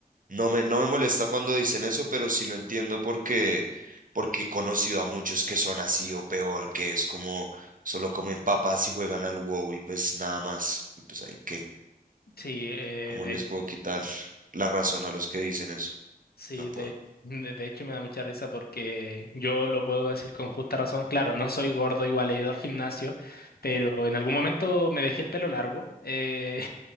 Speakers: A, on the right; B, on the left.
A: no me, no me molesta cuando dicen eso, pero sí lo entiendo porque, porque he conocido a muchos que son así o peor, que es como solo comen papas y juegan al WoW y pues nada más. Y pues ahí qué,
B: Sí, eh,
A: ¿cómo
B: de,
A: les puedo quitar la razón a los que dicen eso?
B: sí,
A: No puedo.
B: de, de, de hecho me da mucha risa porque yo lo puedo decir con justa razón. Claro, no soy gordo, igual he ido al gimnasio, pero en algún momento me dejé el pelo largo. eh,